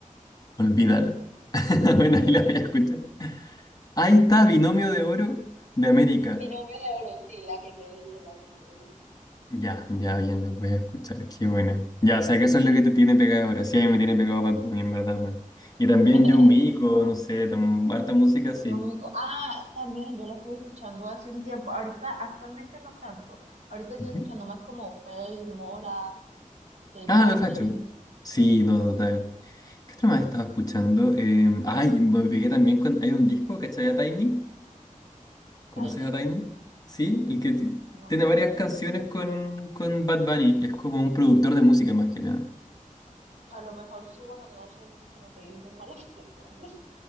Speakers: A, on the left (about 25°); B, on the right (about 55°).
A: olvídala. <laughs>
B: Mm.
A: Bueno, ahí la voy a escuchar. Ahí está, Binomio de Oro de América.
B: Binomio de oro, sí, la que te dije, la que te dije.
A: Ya, ya, bien, los voy a escuchar. Qué buena. Ya, o sea que eso es lo que te tiene pegado ahora. Sí, a mí me tiene pegado Bad Bunny, en verdad, man. Y también
B: <laughs>
A: John Mico, no sé, tam- harta música,
B: Yo
A: sí.
B: me digo, ah, también yo la estuve escuchando hace un tiempo. Ahorita, actualmente no tanto. Ahorita estoy
A: Ujú.
B: escuchando más como Faye, Mora, J
A: Ah,
B: Balvin,
A: los cachos. Sí, no, total. ¿Qué otra más estaba escuchando? Eh, ay, me pegué también con... Hay un disco, ¿cachai? A Tiny. ¿Conoces
B: Tiny.
A: a Tiny? Sí, el que ti-
B: No
A: tiene
B: sé,
A: varias canciones con, con Bad Bunny. Es como un productor de música, más que nada.
B: A lo mejor sí, bueno, no sé, como te dije, soy mala <laughs> con los nombres.